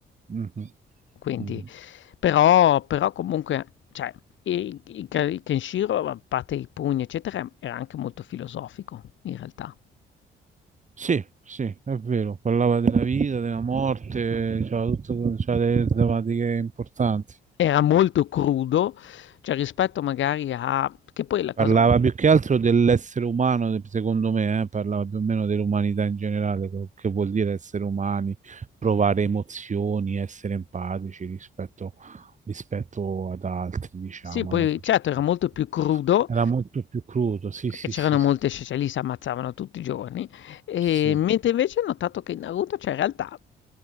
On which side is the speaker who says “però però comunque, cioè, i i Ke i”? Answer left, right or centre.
Left